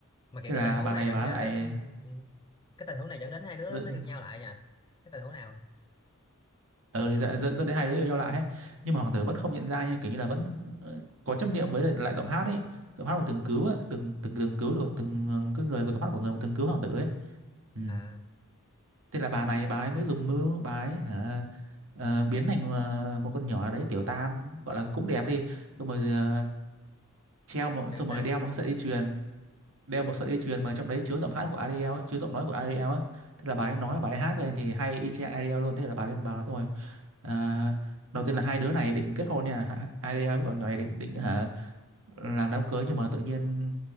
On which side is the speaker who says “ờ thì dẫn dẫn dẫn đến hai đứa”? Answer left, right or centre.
Right